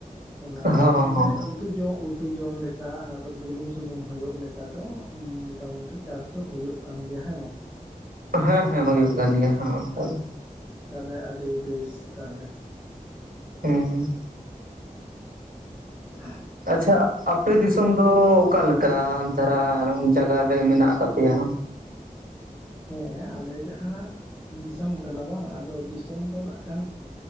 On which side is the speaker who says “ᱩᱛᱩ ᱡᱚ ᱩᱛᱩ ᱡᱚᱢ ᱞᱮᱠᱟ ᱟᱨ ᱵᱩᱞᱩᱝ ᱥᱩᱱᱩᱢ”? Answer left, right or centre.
Centre